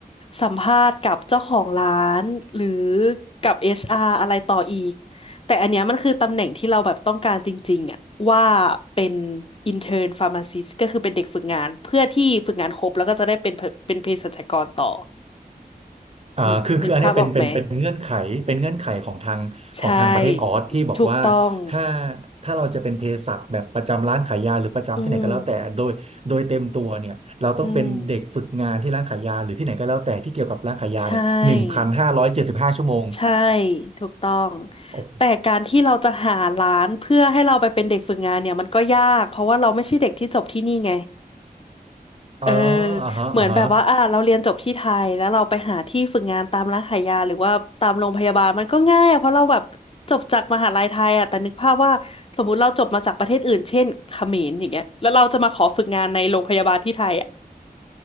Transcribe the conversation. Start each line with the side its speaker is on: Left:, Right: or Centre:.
Left: สัมภาษณ์กับเจ้าของร้านหรือกับ HR อชอาร์อะไรต่ออีกแต่อันเนี้ยมันคือตำแหน่งที่เราแบบต้องการจริงๆอะว่าเป็น intern pharmacist ก็คือเป็นเด็กฝึกงานเพื่อที่ฝึกงานครบแล้วก็จะได้เป็นเป็นเภสัชกรต่อ
Right: อ่าคือคืออันเนี้ยเป็นเป็นเป็นเงื่อนไขเป็นเงื่อนไขของทางของทางประเทศออสที่บอกว่าถ้า
Left: นึกนึกภาพออกไหม ใช่ถูกต้อง
Right: ถ้าเราจะเป็นเภสัชแบบประจำร้านขายยาหรือประจำที่ไหนก็แล้วแต่โดยโดยเต็มตัวเนี่ยเราต้องเป็นเด็กฝึกงานที่ร้านขายยาหรือที่ไหนก็แล้วแต่ที่เกี่ยวกับร้านขายยาเนี่ยหนึ่งพันห้าร้อยเจ็ดสิบห้าชั่วโมง
Left: อืมอืมใช่ใช่ถูกต้อง
Right: โอ้โห
Left: แต่การที่เราจะหาร้านเพื่อให้เราไปเป็นเด็กฝึกงานเนี่ยมันก็ยากเพราะว่าเราไม่ใช่เด็กที่จบที่นี่ไงเออ
Right: อ๋ออ่าฮะอ่าฮะ
Left: เหมือนแบบว่าอ่าเราเรียนจบที่ไทยแล้วเราไปหาที่ฝึกงานตามร้านขายยาหรือว่าตามโรงพยาบาลมันก็ง่ายอะเพราะเราแบบจบจากมหาลัยไทยอะแต่นึกภาพว่าสมมุติเราจบมาจากประเทศอื่นเช่นเขมรอย่างเงี้ยแล้วเราจะมาขอฝึกงานในโรงพยาบาลที่ไทยอะ